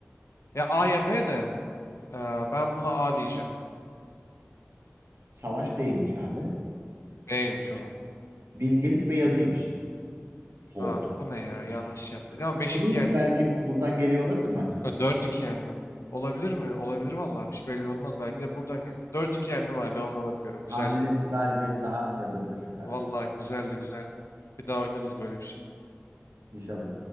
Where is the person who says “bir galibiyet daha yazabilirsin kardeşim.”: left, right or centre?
Right